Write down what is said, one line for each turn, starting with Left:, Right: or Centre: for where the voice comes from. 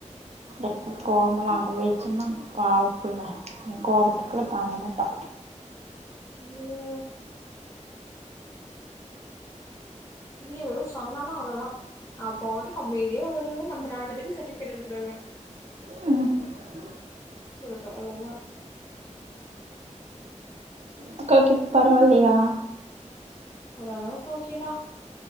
Right: இருக்கிற கோவமல்லா அங்க போயிருச்சுனா பாவோ புள்ள என் கோவத்துக்கு எல்லா தாங்க மாட்டா
Left: <unintelligible> இனி எதுவோ சொன்னானா அவ்ளோதா நா பாட்டுக்கு அமதியா வருவேன் நம்ம நாலு பேருக்கு சர்டிஃபிகேட் எடுத்துட்டு வருவேன்
Right: ம்
Left: <unintelligible> இல்லைனா
Right: அக்காக்கு இப்ப பரவா இல்லயா
Left: ஒரளவுக்கு ஒகேடா